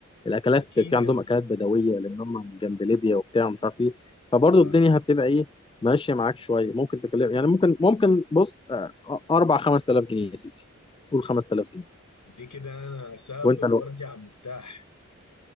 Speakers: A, on the left; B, on the left.
A: الأكلات
B: أكيد
A: في
B: يا
A: عندهم
B: مان
A: أكلات بدوية لأن هم جنب ليبيا وبتاع ومش عارف ايه فبرضه
B: آه
A: الدنيا هتبقى ايه ماشية معاك شوية ممكن تكلم يعني ممكن ممكن بص آه، أربع خمس آلاف جنيه يا سيدي قول خمس آلاف جنيه
B: دي كده أنا أسافر
A: وأنت لو
B: وأرجع مرتاح